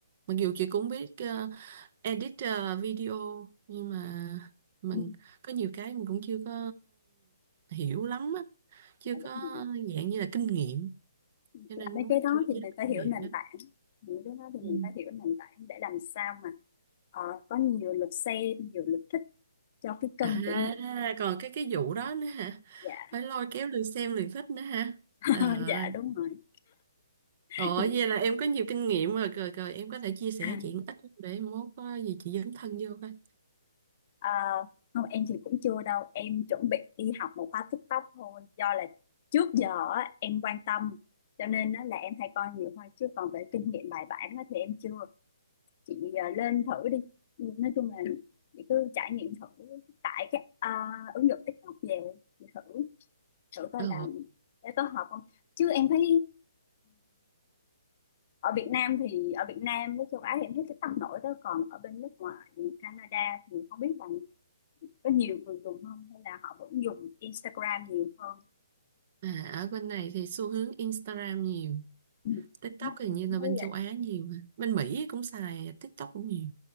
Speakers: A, on the right; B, on the left.
A: Mặc dù chị cũng biết ờ, edit ờ, video nhưng mà mình
B: ừ,
A: có nhiều cái mình cũng chưa có hiểu lắm á, chưa
B: dạ đúng
A: có
B: rồi.
A: dạng như là kinh nghiệm
B: Làm
A: cho nên
B: mấy
A: cũng
B: cái đó
A: chưa
B: thì
A: dám
B: mình phải
A: làm
B: hiểu
A: việc
B: nền
A: đó.
B: tảng những cái đó thì
A: Ừ.
B: mình phải hiểu nền tảng để làm sao mà ờ, có nhiều lượt xem nhiều lượt thích cho cái
A: À,
B: kênh của mình
A: còn cái cái vụ đó nữa hả?
B: dạ
A: Phải lôi kéo lượt xem lượt thích nữa hả? À,
B: Ờ, dạ đúng rồi thì
A: ờ, vậy là em có nhiều kinh nghiệm rồi, rồi, rồi em có thể chia sẻ
B: à,
A: chị một ít để mốt có gì chị dấn thân vô coi.
B: ờ, không em thì cũng chưa đâu em chuẩn bị đi học một khóa TikTok thôi do là trước giờ á, em quan tâm cho nên á là em hay coi nhiều thôi chứ còn về kinh nghiệm bài bản á thì em chưa chị ờ, lên thử đi Ừ, nói chung là chị cứ trải nghiệm thử tải cái ờ, ứng dụng TikTok về chị thử thử coi
A: Ờ,
B: là để có hợp không chứ em thấy ở Việt Nam thì ở Việt Nam với châu Á thì em thấy cái tăng nổi đó còn ở bên nước ngoài như Canada thì không biết là có nhiều người dùng không hay là họ vẫn dùng Instagram nhiều hơn
A: à, ở bên này thì xu hướng Instagram nhiều,
B: ừ.
A: TikTok
B: em
A: thì như
B: cũng
A: là bên
B: thấy vậy
A: châu Á nhiều, mà. bên Mỹ cũng xài TikTok cũng nhiều,